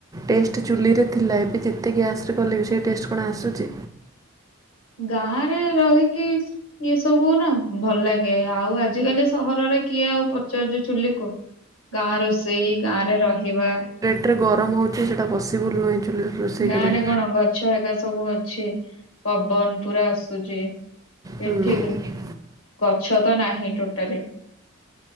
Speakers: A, on the right (about 15°); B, on the left (about 70°).
A: ଟେଷ୍ଟ୍ ଚୁଲିରେ ଥିଲା ଏବେ ଯେତେ ଗ୍ୟାସ୍ ରେ କଲେ ବି ସେ ଟେଷ୍ଟ୍ କଣ ଆସୁଛି?
B: ଗାଁ ରେ ରହିକି ଇଏ ସବୁ ହୁନା ଭଲ ଲାଗେ ଆଉ ଆଜିିକାଲି ସହରରେ କିଏ ଆଉ ପଚାରୁଚି ଚୁଲିକୁ? ଗାଁ ରୋଷେଇ ଗାଁ ରେ ରହିବା।
A: ଏରେ ଗରମ ହେଉଛି ସେଇଟା ପସିବୁଲ୍ ନୁହେଁ ଚୁଲିରେ। ରୋଷେଇ
B: ଗାଁ
A: କରିବା।
B: ରେ କଣ ଗଛ ହେଗା ସବୁ ଅଛି। ପବନ ପୁରା ଆସୁଛି
A: ହୁଁ
B: ଏଠିକି
A: ଏମିତି
B: ଗଛ ତ ନାହିଁ ଟୋଟାଲି।